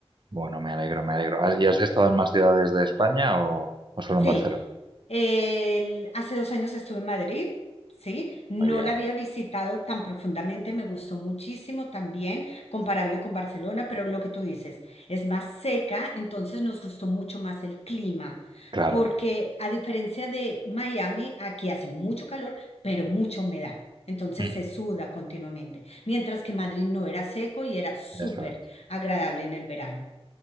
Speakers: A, on the right; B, on the left.
A: Bueno, me alegro, me alegro. ¿Has- ¿Y has estado en más ciudades de España o, o solo
B: Sí,
A: en Barcelona?
B: el- hace dos años estuve en Madrid, ¿sí? No
A: Muy bien.
B: la había visitado tan profundamente, me gustó muchísimo también, comparable con Barcelona, pero lo que tú dices, es más seca, entonces nos gustó mucho más el clima,
A: Claro,
B: porque a diferencia de Miami, aquí hace mucho calor, pero mucha humedad. Entonces
A: Ujú.
B: se suda continuamente, mientras que Madrid no era seco y era súper
A: eso es.
B: agradable en el verano.